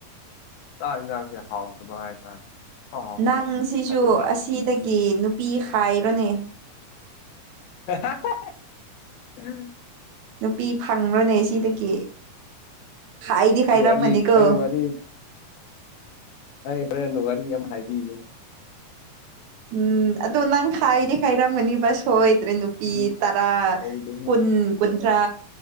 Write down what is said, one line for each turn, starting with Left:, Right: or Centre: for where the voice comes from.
Left: ꯆꯥꯛ ꯏꯟꯖꯥꯡꯁꯦ ꯍꯥꯎꯗꯕ ꯍꯥꯏꯇꯥꯔꯦ ꯏꯍꯥꯎ ꯍꯥꯎꯇꯕ
Right: ꯅꯪ ꯁꯤꯁꯨ
Left: ꯑꯗꯨꯒꯤ
Right: ꯑꯁꯤꯗꯒꯤ ꯅꯨꯄꯤ ꯍꯥꯏꯔꯣꯅꯦ
Left: <unintelligible> ꯎꯝ
Right: ꯅꯨꯄꯤ ꯐꯪꯈ꯭ꯔꯅꯦ ꯁꯤꯗꯒꯤ ꯍꯥꯏꯗꯤ ꯍꯥꯏꯔꯝꯒꯅꯤꯀꯣ
Left: ꯋꯥꯔꯤ ꯑꯩ ꯋꯥꯔꯤꯔꯦ ꯑꯩ ꯍꯣꯔꯦꯟ ꯋꯥꯔꯤ ꯑꯃ ꯍꯥꯏꯕꯤꯌꯨ
Right: ꯎꯝ ꯑ ꯑꯗꯨꯣ ꯅꯪ ꯈꯥꯏꯗꯤ ꯈꯥꯏꯔ ꯃꯅꯤꯕ ꯁ ꯍꯣꯏ ꯦ ꯅꯨꯄꯤ
Left: ꯎꯝ
Right: ꯇꯔꯥ
Left: ꯇꯧꯗꯦꯍꯦ
Right: ꯀꯨꯟ ꯀꯟ ꯄ